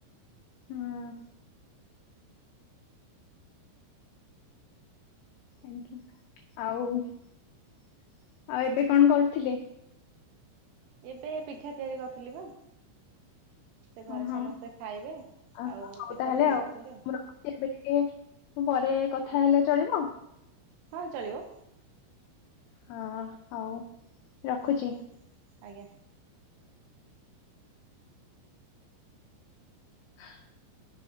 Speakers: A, on the left; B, on the right.
A: ହଁ। ଆଜ୍ଞା ଆଉ ଆଉ ଏବେ କଣ କରୁଥିଲେ?
B: ଏବେ ପିଠା ତିଆରି କରିଥିଲି ବା। ସେ
A: ହଁ
B: ଘରେ
A: ହଁ
B: ସମସ୍ତେ ଖାଇବେ
A: ଅ
B: ଆଉ
A: ହଉ
B: ପିଠା
A: ତାହେଲେ
B: ତିଆରି କରୁଥିଲେ ଆଉ।
A: ମୁଁ ଏବେ ଟିକେ ପରେ କଥା ହେଲେ ଚଳିବ।
B: ହଁ ଚଳିବ।
A: ହଁ ହଉ ରଖୁଚି।
B: ହଁ ଆଜ୍ଞା।
A: <inaudible>